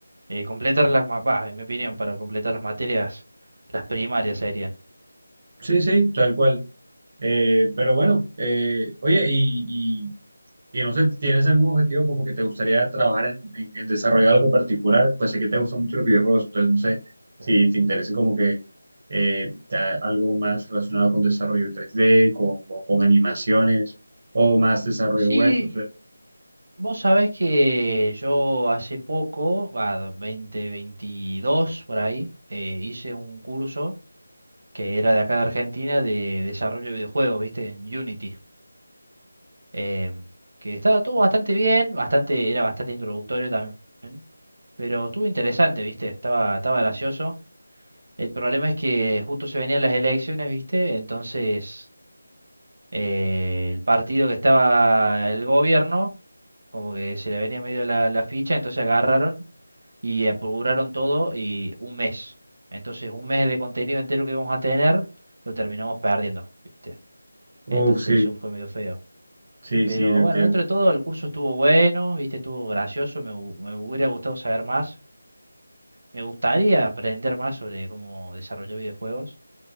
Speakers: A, on the right; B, on the right.
A: Eh, completar las, ma- bah, en mi opinión, para completar las materias, las primarias serían.
B: Sí, sí, tal cual. Eh, pero bueno, eh, oye, y, Y no sé, ¿tienes algún objetivo como que te gustaría trabajar en, en, en desarrollar algo particular? Pues sé que te gustan mucho los videojuegos, entonces no sé
A: Claro.
B: si te interesa como que eh, ta- algo más relacionado con desarrollo 3D, con, con, con animaciones o más desarrollo
A: Sí,
B: web, no sé.
A: vos sabés que yo hace poco, va, 2022 por ahí, eh, hice un curso que era de acá de Argentina de desarrollo de videojuegos, ¿viste? En Unity. eh, que estaba todo bastante bien, bastante, era bastante introductorio también, pero estuvo interesante, ¿viste? Estaba, estaba gracioso. El problema es que justo se venían las elecciones, ¿viste? Entonces, eh, el partido que estaba el gobierno, como que se le venía medio la, la ficha, entonces agarraron y apuraron todo y un mes. Entonces, un mes de contenido entero que íbamos a tener, lo terminamos perdiendo, ¿viste? Entonces,
B: Uf, sí,
A: eso fue medio feo.
B: sí,
A: Pero
B: sí, lo entiendo.
A: bueno, dentro de todo, el curso estuvo bueno, ¿viste? Estuvo gracioso, me, hu- me hubiera gustado saber más. Me gustaría aprender más sobre cómo desarrollar videojuegos.